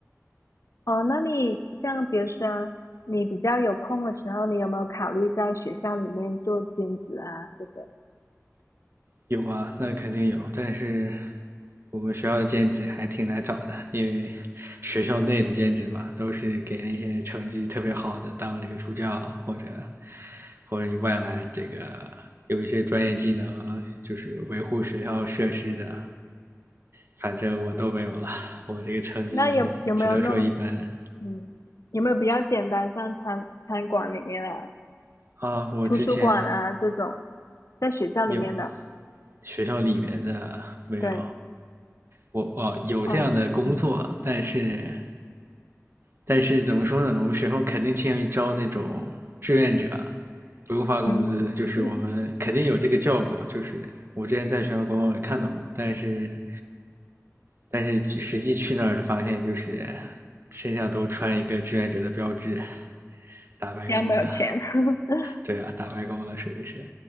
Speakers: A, on the left (about 75°); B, on the right (about 50°).
A: 哦，那你像比如说你比较有空的时候，你有没有考虑在学校里面做兼职啊这些？
B: 有啊，那肯定有，但是我们学校的兼职还挺难找的，因为学校内的兼职嘛，都是给那些成绩特别好的当这个助教，或者或者你外来这个有一些专业技能，就是维护学校设施的，反正我都没有了，我这个成绩只能说一般
A: 那有有没有那种嗯，有没有比较简单，像餐餐馆里面啊、
B: 啊。我之前
A: 图书馆啊这种，在学校里面的？
B: 有学校里面的没有，
A: 对，
B: 我哦有这样的工作，
A: 嗯嗯
B: 但是但是怎么说呢？我们学校肯定倾向于招那种志愿者，不用发工资，
A: 嗯，
B: 就是我们肯定有这个
A: <laughs>
B: job，就是我之前在学校官网也看到过，但是但是实际去那儿就发现就是身上都穿一个志愿者的标志，打白工了。
A: 你要没有钱？<laughs>
B: 对啊，打白工了属于是。